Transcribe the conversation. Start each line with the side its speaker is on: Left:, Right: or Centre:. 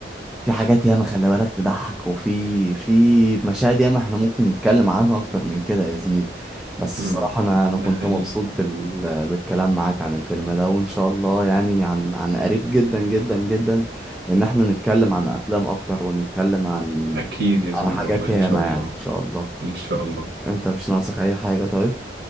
Centre: في حاجات ياما خلي بالك تضحك وفي في مشاهد ياما احنا ممكن نتكلم عنها اكتر من كده يا زميلي بس
Right: مم.
Centre: الصراحة انا انا
Right: ده
Centre: كنت
Right: حقيقي
Centre: مبسوط بال... بالكلام معاك عن الفيلم ده وان شاء الله يعني عن عن قريب جدا جدا جدا ان احنا نتكلم عن افلام اكتر ونتكلم عن
Right: اكيد يا زميلي
Centre: عن حاجات
Right: والله
Centre: ياما
Right: ان شاء الله
Centre: يعني ان شاء الله
Right: ان شاء الله
Centre: انت مش ناقصك اي حاجة طيب